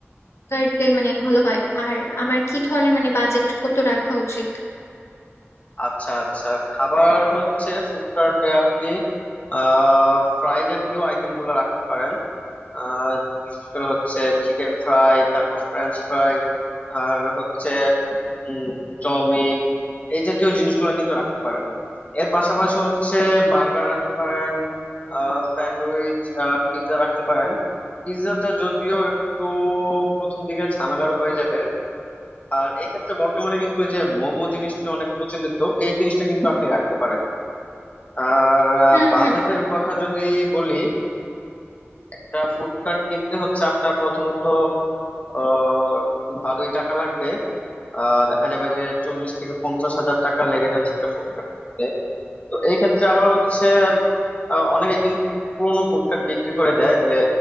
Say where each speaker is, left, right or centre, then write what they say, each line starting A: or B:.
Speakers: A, on the left; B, on the left.
A: কার্টে মানে ভালো হয় আর আমার কি ধরনের মানে বাজেট কত রাখা উচিত
B: আচ্ছা আচ্ছা খাবার হচ্ছে ফুডকার্টে আপনি আহ ফ্রাই জাতীয় আইটেম গুলো রাখতে পারেন আহ বিশেষ করে হচ্ছে চিকেন ফ্রাই তারপর ফ্রেঞ্চ ফ্রাই আর হচ্ছে উম, চাউমিন এই জাতীয় জিনিসগুলো কিন্তু রাখতে পারেন এর পাশাপাশি হচ্ছে বার্গার রাখতে পারেন স্যান্ডউইচ পিৎজা রাখতে পারেন পিৎজাটা যদিও একটু প্রথম দিকে ঝামেলার হয়ে যাবে আর এক্ষেত্রে বর্তমানে কিন্তু এই যে মোমো জিনিসটা অনেক প্রচলিত এই জিনিসটা কিন্তু আপনি রাখতে পারেন আর আহ,
A: হুম
B: বাজেটের
A: হুম
B: কথা যদি বলি একটা ফুড কার্ট কিনতে হচ্ছে আপনার প্রথমত আহ, একটু ভালোই টাকা লাগবে আহ দেখা যাবে যে চল্লিশ থেকে পঞ্চাশ হাজার টাকা লেগে যাচ্ছে একটা ফুডকার্ট কিনতে তো এই ক্ষেত্রে আবার হচ্ছে আহ, অনেকে কিন্তু পুরোনো ফুডকার্ট বিক্রি করে দেয় যে